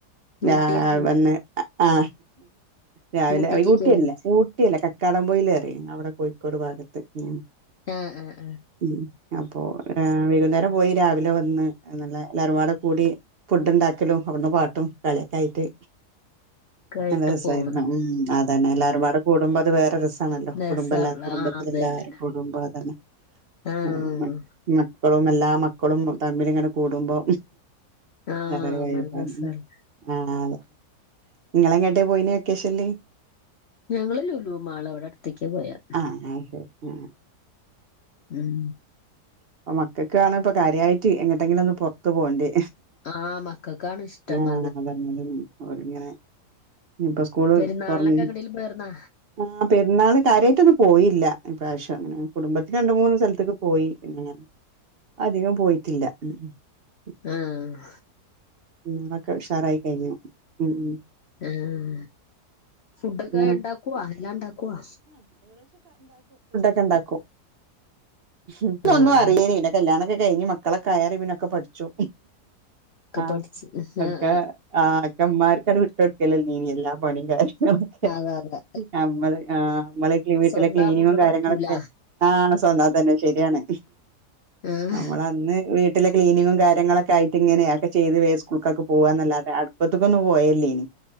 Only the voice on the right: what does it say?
ആഹ് വന്ന് ആ രാവിലെ
ഊട്ടിയല്ല
ഊട്ടിയല്ല കക്കാടംപൊയില് അറിം ഞങ്ങളിവിടെ കോഴിക്കോട് ഭാഗത്ത് ഉ
ഉം അപ്പോ വൈകുന്നേരം പോയി രാവിലെ വന്ന് നല്ല എല്ലാരും തറവാട് കൂടി ഫുഡ് ഉണ്ടാക്കലും അവടെന്ന് പാട്ടും കളിയൊക്കെ ആയിട്ട്
നല്ല രസായിരുന്നു
ഉം അതന്നെ എല്ലാരും പട കൂടുമ്പോൾ അത് വേറെ രസ ആണല്ലോ
കുടുംബ എല്ലാ കുടുംബത്തിലെല്ലാരും
കൂടുമ്പ തന്നെ <unintelligible>
കുടും മക്കളും എല്ലാ മക്കളും തമ്മിൽ ഇങ്ങനെ കൂടുമ്പോ
വേറെയൊരു വൈബ്
ആണ്
ആഹ് ഇങ്ങള് എങ്ങാട്ട് പോയീന്ന് വെക്കേഷന്ല്
ആ അത് ശരി ആ
അപ്പൊ മക്കൾക്കാണ് ഇപ്പ കാര്യാട്ട് എങ്ങട്ടെങ്കിലും ഒന്ന് പുറത്ത് പോവണ്ടേ
ആഹ് അതന്നെ അതന്നെ അവർ ഇങ്ങനെ ഇപ്പ സ്കൂള്
തുറന്നു
ആഹ് പെരുന്നാള് കാര്യയിട്ടൊന്നും പോയില്ല ഇപ്രാവശ്യം അങ്ങനെ കുടുംബത്തില് രണ്ട് മൂന്ന് സ്ഥലത്ത്ക്ക് പോയി പിന്നെ അധികം പോയിട്ടില്ല ഉം ഉം
ഉം അന്നൊക്കെ ഉഷാറായി കഴിഞ്ഞു ഉം ഉം
അങ്ങനെ
ക്കെ ഇണ്ടാക്കും ഇക്കൊന്നും
അറിയ്ണില്ല കല്യാണക്കെ ക കഴിഞ്ഞ മക്കളൊക്കൊ ആയാരെറിപിന്നൊക്കെ പഠ്ച്ചു.
ആഹ്
ഒക്കെ
ആഹ് ഒക്കെമ്മാര്ക്കത് വിട്ടൊട്ക്കലാ <unintelligible> എല്ലാ പണീം കാര്യങ്ങളും.
നമ്മള് ആഹ് നമ്മളൊക്കെ വീട്ടിലെ
ക്ലീനിങ്ങും
കാര്യങ്ങളൊക്കെ
ആഹ് സ്വന്താ അതന്നെ ശരിയാണ്
നമ്മളന്ന് വീട്ടിലെ ക്ലീനിങ്ങും കാര്യങ്ങളൊക്കെ ആയിട്ട് ഇങ്ങനെയ ചെയ്ത് വേഗം സ്കൂൾക്കൊക്കെ പോവാന്നല്ലാതെ അട്പ്പത്ത്ക്കൊന്നും പോവേല്ലേനി